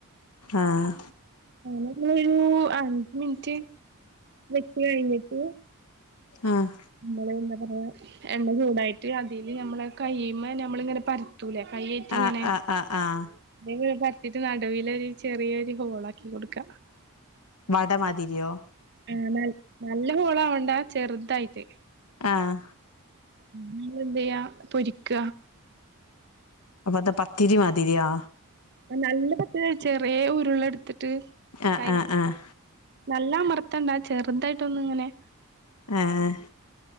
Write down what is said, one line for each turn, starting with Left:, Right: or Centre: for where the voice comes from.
Left: ആഹ്
Right: അങ്ങനൊരു അഞ്ച് മിനിറ്റ് വെച്ച് കഴിഞ്ഞിട്ട്
Left: ആഹ്
Right: നമ്മള് എന്താ പറയാ എണ്ണ ചൂടായിട്ട് അതില് നമ്മളെ കയ്യിമ്മെ നമ്മള് ഇങ്ങനെ പര് ത്തൂലേ കൈഏറ്റിങ്ങനെ
Left: ആഹ് ആഹ് ആഹ് ആഹ്
Right: <unintelligible> പര്ത്തീട്ട് നടുവില് ഒരു ചെറിയരു ഹോളാക്കി കൊടുക്കാ
Left: വട മാതിരിയോ
Right: ആ ന നല്ല ഹോളാവണ്ടാ ചെർതായിട്ട്
Left: ആഹ്
Right: പിന്നെന്തയ്യാ പൊരിക്ക
Left: അപ്പൊത്താ പത്തിരി മാതിരിയൊ
Right: നല്ല <unintelligible> ചെറിയ ഉരുള എടുത്തിട്ട്
Left: ആഹ്
Right: കൈ
Left: ആഹ് ആഹ്
Right: നല്ലമർത്തണ്ടാ ചെർതായിട്ടൊന്ന്ങ്ങനെ
Left: ഏഹ്